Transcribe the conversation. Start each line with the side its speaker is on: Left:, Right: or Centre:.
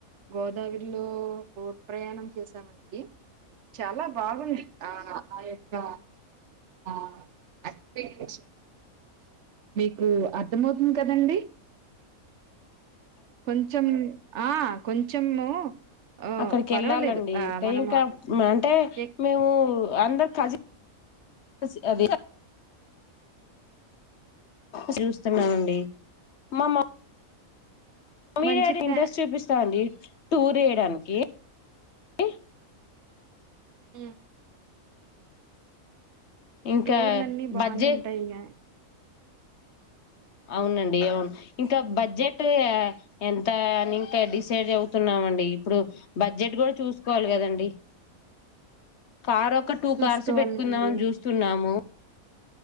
Right: గోదావరిలో బోట్ ప్రయాణం చేసామండి చాలా బాగుంది ఆ యొక్క ఆ ఎక్స్పీరియన్స్ మీకు అర్థంమవుతుంది కదండి కొంచెం ఆ కొంచెము ఆ
Left: అక్కడికి
Right: పర్వాలేదు
Left: వెళ్ళాలండి
Right: ఆ
Left: ఇంకా
Right: మనము
Left: ఇంకా అంటే
Right: ఎక్
Left: మేము అందరు కజన్ స్ అదే సినిమా చూస్తున్నామండి మ మా మీరెది
Right: మంచి ప్లా
Left: ఇంట్రెస్ట్ చూపిస్తా అండి టూర్ ఏయడానికి కి
Right: ఉమ్
Left: ఇంకా
Right: టూర్లున్నీ బానే
Left: బడ్జెట్
Right: ఉంటాయిక
Left: అవునండి అవును ఇంకా బడ్జెట్ ఎంత అని ఇంకా డిసైడ్ అవుతున్నామండి ఇప్పుడు బడ్జెట్ కూడా చూసుకోవాలి కదండి కార్ ఒక టూ
Right: చూసుకోవాలండి
Left: కార్స్ పెట్టుకుందాం అని చూస్తున్నాము